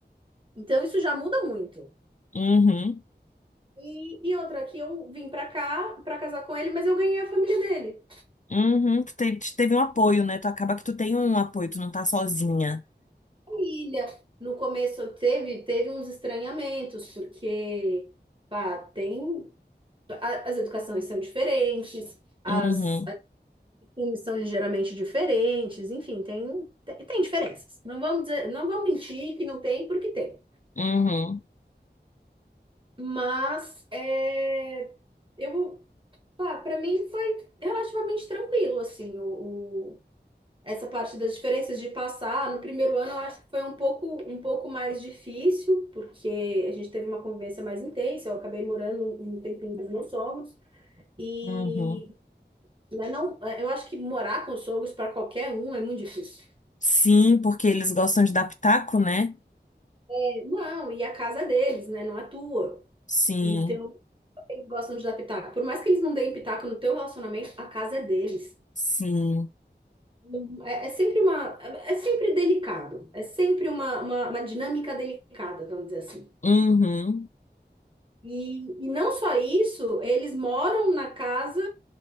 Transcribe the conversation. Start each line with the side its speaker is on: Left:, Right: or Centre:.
Right: Então, isso já muda muito.
Left: uhum,
Right: E, e outra, que eu vim para cá para casar com ele, mas eu ganhei a família dele.
Left: uhum. Tu te- te- teve um apoio, né? Tu acaba que tu tem um apoio, tu não tá sozinha.
Right: família. No começo teve, teve uns estranhamentos, porque pá, tem a- as educações são diferentes, as,
Left: Uhum,
Right: as costumes são ligeiramente diferentes, enfim, tem, tem, tem diferenças. Não vamos dizer, não vamos mentir que não tem, porque tem.
Left: uhum,
Right: Mas é, eu, pá, para mim foi relativamente tranquilo, assim, o, essa parte das diferenças de passar, no primeiro ano eu acho que foi um pouco, um pouco mais difícil, porque a gente teve uma convivência mais intensa, eu acabei morando um tempinho dos meus sogros, e
Left: uhum.
Right: mas não, eu acho que morar com os sogros para qualquer um é muito difícil.
Left: Sim, porque eles gostam de dar pitaco, né?
Right: É, Não, e a casa é deles, né? Não é tua.
Left: Sim,
Right: Então, eles gostam de dar pitaco. Por mais que eles não deem pitaco no teu relacionamento, a casa é deles.
Left: sim.
Right: Hum, É, é sempre uma, é é sempre delicado. É sempre uma, uma, uma dinâmica delicada, vamos dizer assim.
Left: Uhum,
Right: E, e não só isso, eles moram na casa